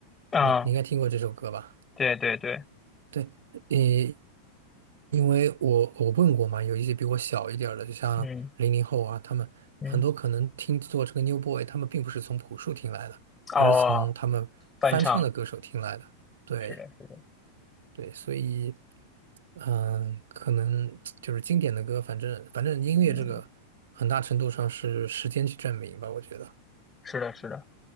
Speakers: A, on the left; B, on the right.
A: 啊，
B: 嗯，你应该听过这首歌吧？
A: 对对对，
B: 对，呃，因为我我问过嘛，有一些比我小一点儿的，就像零零后啊，
A: 嗯
B: 他们很多可能听做这个
A: 嗯，
B: New Boy，他们并不是从朴树听来的，而是从他们翻唱的歌手听来的。
A: 哦，翻唱，
B: 对
A: 是的，是的，
B: 对，所以嗯，可能就是经典的歌，反正反正音乐这个很大程度上是时间去证明吧，
A: 嗯，
B: 我觉得。
A: 是的，是的。